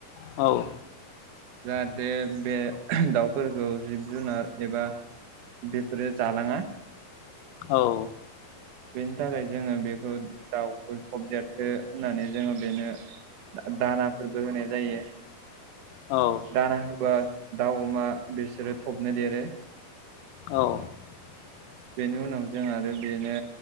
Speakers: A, on the left; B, on the right.
A: औ
B: जाहाथे बे दाउफोरखौ जिब जुनार एबा बेफोरो जालाङा
A: औ।
B: बेनि थाखाय जोंङो बेखौ दाउखौ थबदेरथो होननानै जोंङो बेनो दानाफोरबो होनाय जायो।
A: औ
B: दाना होबा दाउ अमा बिसोरो थबनो देरो
A: औ <inaudible>
B: बेनि उनाव जों आरो बेनो